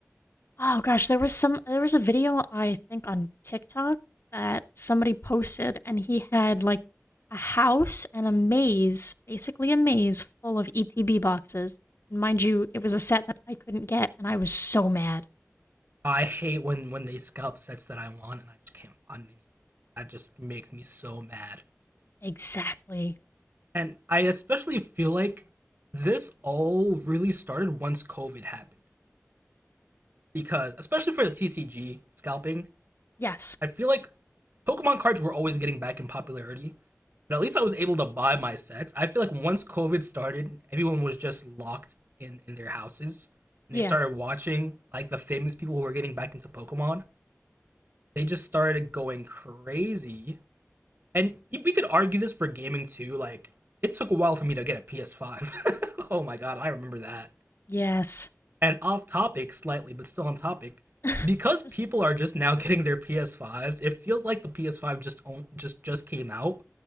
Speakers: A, on the left (about 55°); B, on the right (about 45°).
A: Oh gosh, there was some there was a video I think on TikTok that somebody posted and he had like a house and a maze, basically a maze full of ETB boxes. And mind you, it was a set that I couldn't get and I was so mad.
B: I hate when when they scalp sets that I want and I just can't find any. That just makes me so mad.
A: Exactly.
B: And I especially feel like this all really started once COVID happened because especially for the TCG scalping,
A: Yes.
B: I feel like Pokemon cards were always getting back in popularity. But at least I was able to buy my sets. I feel like once COVID started, everyone was just locked in in their houses and
A: Yeah.
B: they started watching like the famous people who were getting back into Pokemon. They just started going crazy and we could argue this for gaming too. Like, it took a while for me to get a PS5. <laughs> oh my god, I remember that.
A: Yes.
B: And off topic slightly, but still on topic,
A: <laughs>
B: because people are just now <laughs> getting their PS5s, it feels like the PS5 just just just came out,